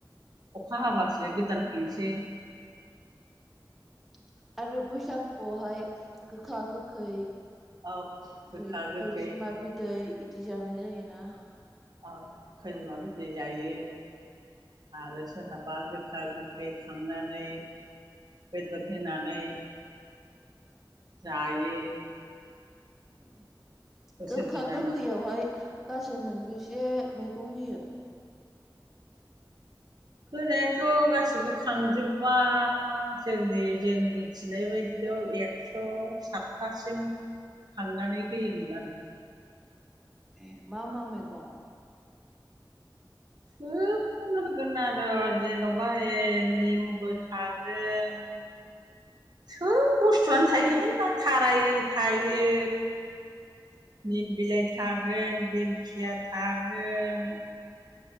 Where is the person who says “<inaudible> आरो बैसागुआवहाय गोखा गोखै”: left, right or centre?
Centre